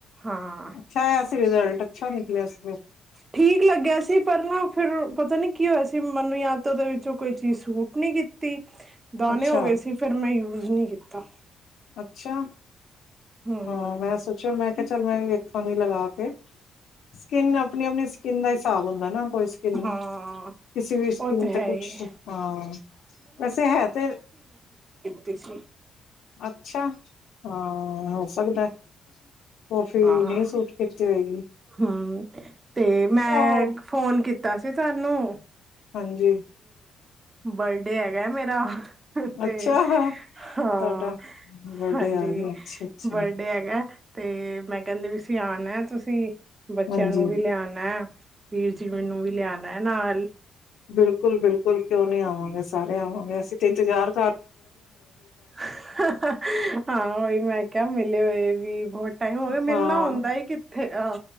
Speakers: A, on the right; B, on the left.
A: ਹਾਂ।
B: ਅੱਛਾ ਆਇਆ ਸੀ ਰਿਜਲ ਅੱਛਾ ਨਿਕਲਿਆ ਸ
A: ਠੀਕ ਲੱਗਿਆ ਸੀ ਪਰ ਨਾ ਫਿਰ ਪਤਾ ਨੀ ਕੀ ਹੋਇਆ ਸੀ ਮ ਮੈਨੂੰ ਯਾ ਤੇ ਉਹਦੇ ਵਿੱਚੋਂ ਕੋਈ ਚੀਜ਼ ਸੂਟ ਨੀ ਕੀਤੀ। ਦਾਨੇ
B: ਅੱਛਾ
A: ਹੋ ਗਏ ਸੀ ਫਿਰ ਮੈਂ <unintelligible> ਕੀਤਾ।
B: ਅੱਛਾ,
A: ਹਮ
B: ਹਾਂ ਮੈਂ ਸੋਚਿਆ ਮੈਂ ਕਿਹਾ ਚੱਲ ਮੈਂ ਵੀ ਵੇ ਵੇਖਾਂਗੀ ਲਗਾ ਕੇ। ਸਕਿੰਨ ਅਪਣੀ ਅਪਣੀ ਸਕਿੰਨ ਦਾ ਹਿਸਾਬ ਹੁੰਦਾ ਨਾ ਕੋਈ ਸਕਿੰਨ,
A: ਹਾਂ
B: ਕਿਸੀ ਵੀ ਸਕਿੰਨ
A: ਉਹ ਹੈ
B: ਤੇ ਕੁਛ
A: ਹੀ
B: ਹਾਂ ਵੈਸੇ ਹੈ ਤੇ
A: ਤੀਸੀ
B: ਅੱਛਾ ਹਾਂ ਹੋ ਸਕਦਾ। <unintelligible>
A: ਆਂ
B: ਨਹੀਂ ਸੂਟ ਕੀਤੀ ਹੋਏਗੀ
A: ਹਮ ਤੇ ਮੈਂ
B: ਉਹ
A: ਫੋਨ ਕੀਤ ਤਾ ਸੀ। ਤਾਨੂੰ।
B: ਹਾਂਜੀ।
A: ਬਰਡੇ ਹੈਗਾ ਮੇਰਾ। ਤੇ
B: ਅੱਛਾ
A: ਹਾਂ
B: ਤੁਹਾਡਾ ਬਰਡੇ
A: ਹਾਂਜੀ
B: ਆ ਗਿਆ ਅੱਛਾ ਅੱਛਾ
A: ਬਰਡੇ ਹੈਗਾ ਤੇ ਮੈਂ ਕਹਿੰਦੀ ਪਈ ਸੀਂ ਆ ਮੈਂ ਤੁਸੀਂ ਬੱਚਿਆਂ
B: ਹਾਂਜੀ
A: ਨੂੰ ਵੀ ਲਿਆਣਾ, ਵੀਰ ਜੀ ਨੂੰ ਵੀ ਲਿਆਣਾ ਨਾਲ।
B: ਬਿਲਕੁਲ-ਬਿਲਕੁਲ ਕਿਉਂ ਨੀ ਆਵਾਂਗੇ ਸਾਰੇ ਆਵਾਂਗੇ ਅਸੀਂ ਤੇ ਇਨਤਜ਼ਾਰ
A: ਹ-ਹ, ਹਾਂ ਉਹੀ ਮੈਂ ਕਿਹਾ ਮਿਲੇ ਹੋਏ ਵੀ ਬਹੁਤ ਟਾਈਮ ਹੋ ਗਿਆ ਮਿਲਣਾ
B: ਹਾਂ
A: ਹੁੰਦਾ ਕਿੱਥੇ ਆ